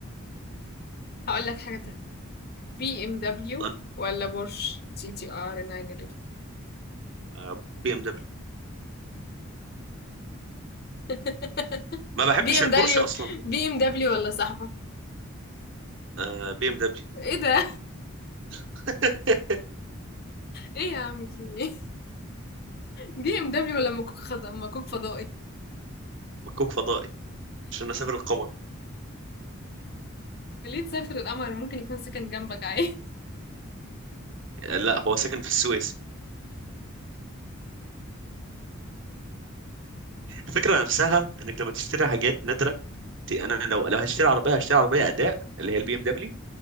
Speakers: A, on the left; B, on the right.
A: هقولك حاجة تانية بي ام دبليو
B: طب،
A: ولا بورش سي تي ار 911
B: آه، بي ام دبليو
A: <laughs>
B: ما بحبش
A: بي ام
B: البورشه
A: دبليو
B: اصلا
A: بي ام دبليو ولا صاحبك
B: آه، بي ام دبليو
A: ايه ده
B: <laughs>
A: ايه يا عم في ايه بي ام دبليو ولا مكوك خض- مكوك فضائي
B: مكوك فضائي عشان اسافر القمر
A: ليه تسافر القمر ممكن يكون سكن جنبك عادي
B: آه، لا هو ساكن في السويس الفكره نفسها انك لما تشتري حاجات نادره انت انا لو لو هشتري عربيه هشتري عربيه اداء اللي هي البي ام دبليو